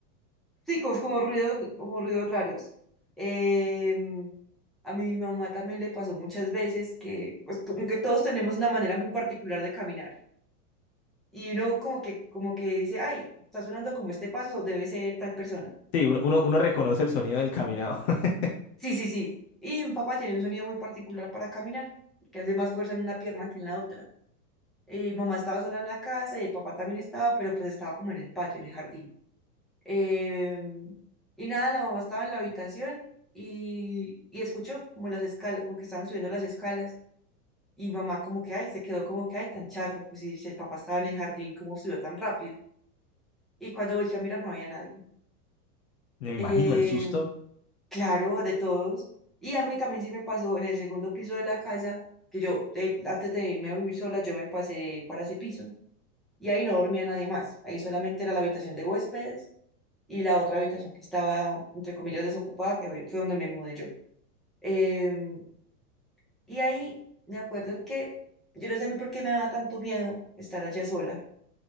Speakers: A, in the centre; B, on the left.
A: sí, como, como ruidos, como ruidos raros. Em, a mi mamá también le pasó muchas veces que, pues, como que todos tenemos una manera muy particular de caminar. y uno como que, como que dice, ay, está sonando como este paso, debe ser tal persona.
B: Sí, uno, uno, uno reconoce el sonido del caminado. <laughs>
A: Sí, sí, sí. Y mi papá tiene un sonido muy particular para caminar, que hace más fuerza en una pierna que en la otra. Eh, mamá estaba sola en la casa y el papá también estaba, pero pues estaba como en el patio, en el jardín. Em, y nada, la mamá estaba en la habitación y, y escuchó como las escalas, como que estaban subiendo las escalas. Y mamá como que, ay, se quedó como que, ay, tan charro. Pues si si el papá estaba en el jardín, ¿cómo subió tan rápido? Y cuando volteé a mirar no había nadie.
B: Me imagino
A: Em,
B: el susto,
A: Claro, de todos. Y a mí también sí me pasó en el segundo piso de la casa, que yo eh, antes de irme a vivir sola, yo me pasé para ese piso y ahí no dormía nadie más. Ahí solamente era la habitación de huéspedes y la otra habitación que estaba, entre comillas, desocupada, que hoy fue donde me mudé yo. Em, y ahí me acuerdo que yo no sé a mí por qué me daba tanto miedo estar allá sola.